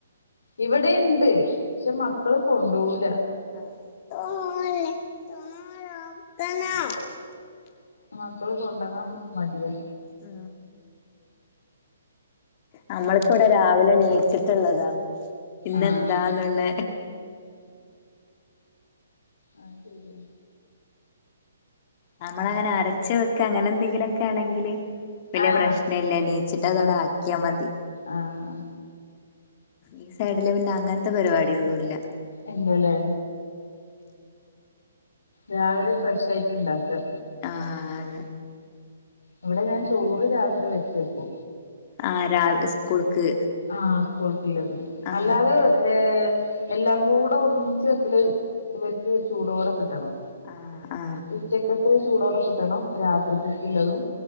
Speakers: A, on the left (about 85°); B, on the left (about 35°).
A: ഇവിടീം ണ്ട് പക്ഷെ മക്കള് കൊണ്ടുപോകൂല
B: <unintelligible>
A: മക്കള് കൊണ്ടോകാൻ മടിയാ
B: ആ നമ്മൾക്ക ഇവിടെ രാവിലെ ണീച്ചിട്ടുള്ളതാ ഇന്ന്
A: ആഹ്
B: എന്താന്നുള്ള
A: ആ ശരിയ
B: നമ്മൾ അങ്ങനെ അരച്ച വെക്ക അങ്ങനെ എന്തെങ്കിലുംക്കെ ആണെങ്കില് വലിയ
A: ആഹ്
B: പ്രശ്ന ഇല്ല നീച്ചിട്ട അവടെ
A: ആഹ്
B: ആക്കിയാ മതി
A: ആഹ്
B: ഈ സൈഡില് പിന്നെ അങ്ങനത്തെ പരിപാടിയൊന്നുമില്ല
A: ഇല്ലലെ രാവിലെ ഫ്രഷ് ആയിട്ട് ഇൻണ്ടാക്ക
B: ആ അതെ
A: ഇവിടെ ഞാൻ ചോറ് രാത്രി വെച്ചേക്കൂ
B: ആ രാവിലെ സ്കൂൾക്ക്
A: ആ സ്കൂൾക്കുള്ളത്
B: ആ
A: അല്ലാതെ ഏ എല്ലാം കൂടെ ഒന്നിച്ച് വെക്കല് ഇവർക്ക് ചൂടൊടെ കിട്ടണം
B: ആ ആ
A: ഉച്ചക്കത്ത് ചൂടോടെ കിട്ടണം രാത്രിക്കൊക്ക ഉള്ളതും